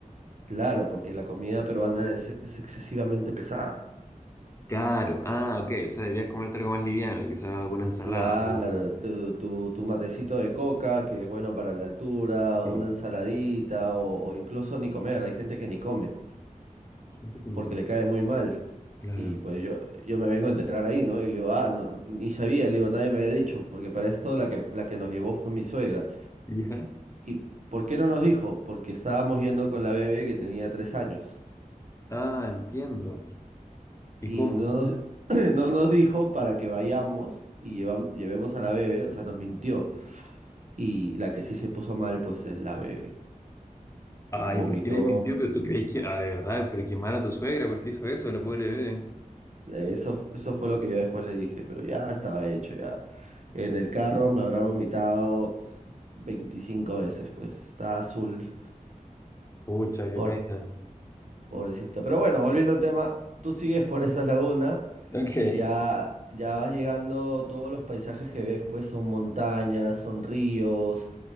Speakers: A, on the right; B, on the left.
A: claro, porque la comida peruana es, es excesivamente pesada.
B: Claro. Ah, ok. O sea, deberías comerte algo más liviano, quizás alguna ensalada.
A: Claro,
B: algo-
A: tu, tu, tu matecito de coca, que es bueno para la altura,
B: Sí.
A: una ensaladita o, o incluso ni comer. Hay gente que ni come,
B: Gente químico.
A: porque le cae muy mal.
B: Claro.
A: Y pues yo, yo me vengo a enterar ahí, ¿no? Y le digo, ah, no, ni sabía, le digo, nadie me había dicho, porque para esto la que, la que nos llevó fue mi suegra.
B: ¿Ya?
A: ¿Y por qué no nos dijo? Porque estábamos yendo con la bebé que tenía tres años.
B: Ah, entiendo. ¿Y
A: Y
B: cómo?
A: no nos, <clears throat> no nos dijo para que vayamos y llevam- llevemos a la bebé, o sea, nos mintió. Y la que sí se puso mal, pues es la bebé.
B: Ay,
A: Vomitó,
B: ¿por qué le mintió? Pero tú crees que. Ah, de verdad, pero quemar a tu suegra, ¿por qué hizo eso, la pobre bebé?
A: eh, eso, f- eso fue lo que yo después le dije, pero ya estaba hecho, ya. En el carro me habrá vomitado. 25 veces, pues está azul,
B: Pucha, qué
A: pobre-
B: pena.
A: pobrecita. Pero bueno, volviendo al tema, tú sigues por esa laguna
B: Ok.
A: y ya, ya vas llegando, todos los paisajes que ves, pues son montañas, son ríos,